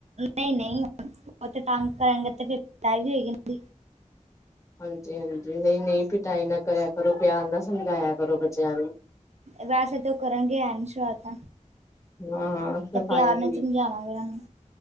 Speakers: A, on the right; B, on the left.
A: ਨਈਂ ਨਈਂ, ਓਥੇ ਤੰਗ ਕਰਣਗੇ ਤੇ ਫਿਰ ਟਾਈ ਵੀ ਹੋਏਗੀ ਇਨ੍ਹਾਂ ਦੀ।
B: ਹਾਂਜੀ ਹਾਂਜੀ, ਨਈਂ ਨਈਂ, ਪਿਟਾਈ ਨਾ ਕਰਿਆ ਕਰੋ ਪਿਆਰ ਨਾ ਸਮਝਾਇਆ ਕਰੋ ਬੱਚਿਆਂ ਨੂੰ।
A: ਵੈਸੇ ਤੇ ਕਰਨਗੇ ਐਨ <unintelligible> ਐ।
B: ਹਾਂ
A: ਤੇ
B: ਸਫ਼ਾਈ
A: ਪਿਆਰ ਸਮਝਾਵਾਂਗੇ ਉਹਨਾਂ ਨੂੰ।